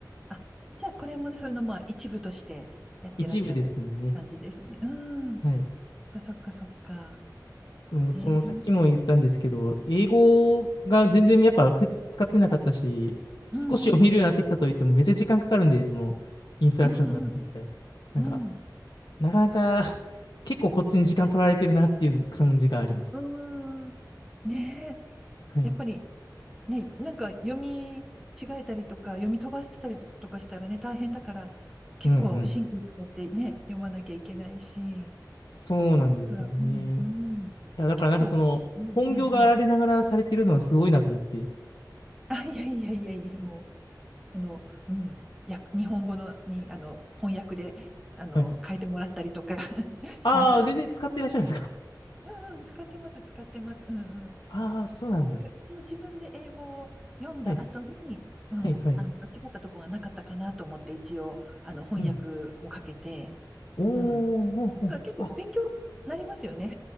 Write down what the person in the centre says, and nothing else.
あ、じゃあこれもね、それのまあ一部としてやってらっしゃる感じですね。
うん。
そっかそっかそっか。
ええ
うんうん。
うんうん。
うん。
うーん。ねえ。
やっぱりね、なんか読み違えたりとか、読み飛ばしたりとかしたらね、大変だから、結構神経使ってね、
読まなきゃいけないし。
だから、うん
うん。
結構、うんうんうん。
あ、いやいやいやいや、もう。あの、うん、や、日本語のに、あの、翻訳で、あの、
変えてもらったりとか <laughs> しながら。
うんうん、使ってます、使ってます。うんうん。
だから一応自分で英語を読んだ後に、
うん、
あの、間違ったとこがなかったかなと思って、一応、あの、翻訳もかけて、
うん。だ
から結構勉強になりますよね。